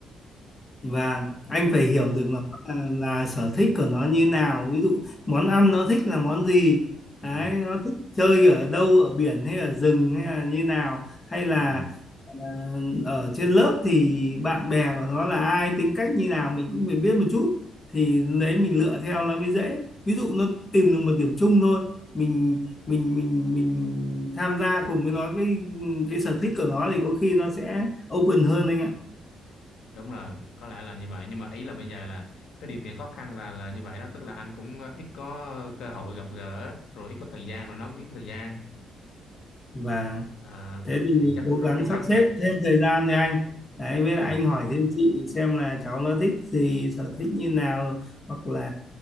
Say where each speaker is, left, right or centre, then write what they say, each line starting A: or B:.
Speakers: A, on the left; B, on the left.
A: và anh phải hiểu được nó là, là sở thích của nó như nào ví dụ món ăn nó thích là món gì
B: Ừ,
A: đấy nó thích chơi ở đâu ở biển hay ở rừng hay là như nào hay là
B: ừ,
A: ờ, ở trên lớp thì bạn bè của nó là ai tính cách như nào mình cũng phải biết một chút thì đấy mình lựa theo nó mới dễ ví dụ nó tìm được một điểm chung thôi mình mình mình mình tham gia cùng với nó cái cái sở thích của nó thì có khi nó sẽ open hơn anh ạ
B: đúng rồi, có lẽ là như vậy nhưng mà ý là bây giờ là cái điều kiện khó khăn là là như vậy đó, tức là anh cũng ờ, ít có cơ hội gặp gỡ, rồi ít có thời gian, rồi nó cũng ít thời gian,
A: và
B: à,
A: thế thì
B: thì chắc
A: cố
B: tôi rất
A: gắng
B: cố gắng
A: sắp xếp
B: thôi.
A: thêm thời gian đi anh đấy với
B: Ừ,
A: lại anh hỏi thêm chị xem là cháu nó thích gì sở thích như nào hoặc là